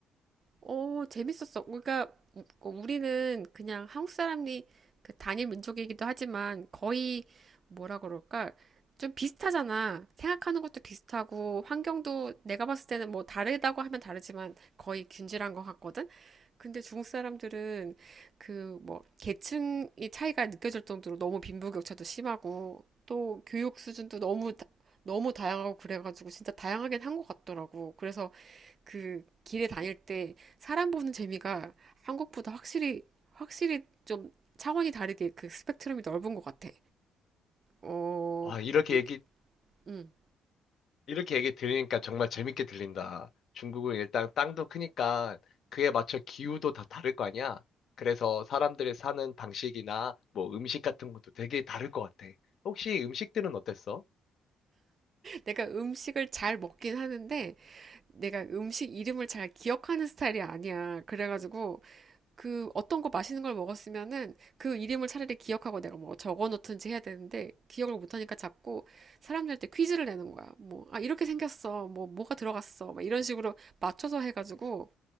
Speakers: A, on the right; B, on the left.
A: 오, 재밌었어. 그러니까 우- 우리는 그냥 한국 사람이 그 단일 민족이기도 하지만 거의 뭐라 그럴까? 좀 비슷하잖아. 생각하는 것도 비슷하고 환경도 내가 봤을 때는 뭐 다르다고 하면 다르지만 거의 균질한 것 같거든? 근데 중국 사람들은 그 뭐 계층이 차이가 느껴질 정도로 너무 빈부격차도 심하고 또 교육 수준도 너무 다- 너무 다양하고 그래가지고 진짜 다양하긴 한 것 같더라고. 그래서 그 길에 다닐 때 사람 보는 재미가 한국보다 확실히 확실히 좀 차원이 다르게 그 스펙트럼이 넓은 것 같아. 어,
B: 아, 이렇게
A: 예,
B: 얘기
A: 음.
B: 이렇게 얘기 들으니까 정말 재밌게 들린다. 중국은 일단 땅도 크니까 그에 맞춰 기후도 다 다를 거 아니야? 그래서 사람들이 사는 방식이나 뭐 음식 같은 것도 되게 다를 것 같아. 혹시 음식들은 어땠어?
A: 내가 음식을 잘 먹긴 하는데 내가 음식 이름을 잘 기억하는 스타일이 아니야. 그래가지고 그 어떤 거 맛있는 걸 먹었으면은 그 이름을 차라리 기억하고 내가 뭐 적어 놓든지 해야 되는데 기억을 못 하니까 자꾸 사람들한테 퀴즈를 내는 거야. 뭐, 아, 이렇게 생겼어. 뭐, 뭐가 들어갔어. 막 이런 식으로 맞춰서 해가지고